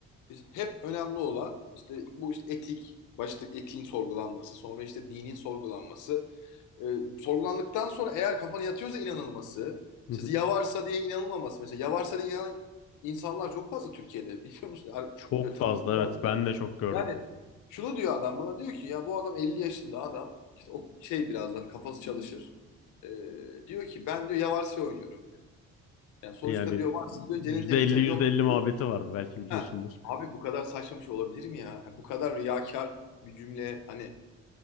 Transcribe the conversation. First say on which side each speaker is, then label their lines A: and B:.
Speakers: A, on the left; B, on the left.
A: hep önemli olan işte bu işte etik, başta etiğin sorgulanması, sonra işte dinin sorgulanması, e, sorgulandıktan sonra eğer kafana yatıyorsa inanılması,
B: Hı
A: işte
B: hı.
A: yavarsa diye inanılmaması mesela yavarsa diye inanan insanlar çok fazla Türkiye'de <laughs> biliyor musun? Ar-
B: Çok
A: Şöyle
B: fazla
A: tanıdığım
B: evet
A: var mı
B: ben
A: da
B: de çok gördüm.
A: yani şunu diyor adam bana diyor ki ya bu adam 50 yaşında adam işte o şey birazdan kafası çalışır. E, diyor ki ben diyor yavarsa oynuyorum diyor. Yani sonuçta
B: Yani
A: diyor varsa diyor
B: yüzde
A: cennete gideceğim
B: elli yüzde
A: yok
B: elli muhabbeti
A: diyor
B: vardı belki biliyorsundur.
A: Ha, abi bu kadar saçma bir şey olabilir mi ya? Ya Bu kadar riyakar bir cümle hani